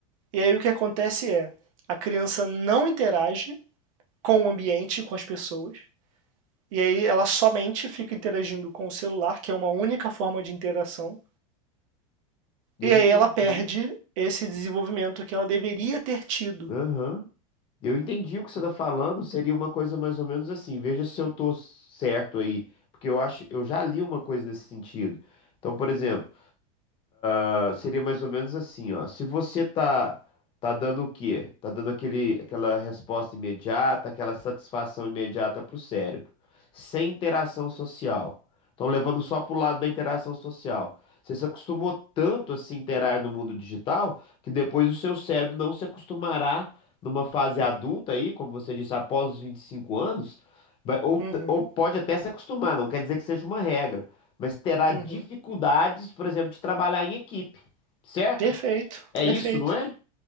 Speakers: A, on the right; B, on the left.
A: E aí o que acontece é, a criança não interage com o ambiente, com as pessoas, E aí ela somente fica interagindo com o celular, que é uma única forma de interação.
B: Eu
A: E aí
B: entendi.
A: ela perde esse desenvolvimento que ela deveria ter tido.
B: Aham. Eu entendi o que você está falando. Seria uma coisa mais ou menos assim. Veja se eu tô certo aí. Porque eu acho, eu já li uma coisa nesse sentido. Então, por exemplo. Ah, seria mais ou menos assim, ó. Se você tá tá dando o quê? Tá dando aquele, aquela resposta imediata, aquela satisfação imediata pro cérebro, sem interação social. Então, levando só pro lado da interação social. Você se acostumou tanto a se interar no mundo digital que depois o seu cérebro não se acostumará numa fase adulta aí, como você disse, após os 25 anos, vai- ou, t-
A: Uhum,
B: ou pode até se acostumar, não quer dizer que seja uma regra mas terá dificuldades,
A: uhum.
B: por exemplo, de trabalhar em equipe, certo?
A: Perfeito,
B: É
A: perfeito.
B: isso, não é?